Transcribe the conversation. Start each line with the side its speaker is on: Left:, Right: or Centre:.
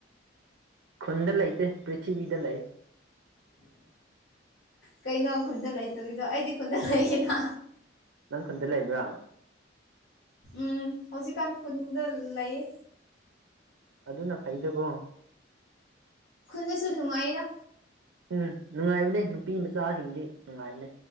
Right: ꯈꯨꯟꯗ ꯂꯩꯇꯦ ꯄ꯭ꯔꯤꯊꯤꯕꯤꯗ ꯂꯩ
Left: ꯀꯩꯅꯣ ꯈꯨꯟꯗ ꯂꯩꯇꯣꯔꯤꯗꯣ ꯑꯩꯗꯤ ꯈꯨꯟꯗ ꯂꯩꯌꯦꯅ
Right: ꯅꯪ ꯈꯨꯟꯗ ꯂꯩꯕ꯭ꯔꯥ
Left: ꯎꯝ ꯍꯧꯖꯤꯛꯀꯥꯟ ꯈꯨꯟꯗ ꯂꯩꯌꯦ
Right: ꯑꯗꯨꯅ ꯐꯩꯗꯀꯣ
Left: ꯅ ꯁꯅꯅꯨꯡꯉꯗ
Right: ꯎꯝ ꯅꯨꯡꯉꯥꯏꯕꯅꯦ ꯅꯨꯄꯤ ꯃꯆꯥꯁꯤꯡꯗꯤ ꯅꯨꯡꯉꯥꯏꯕꯅꯦ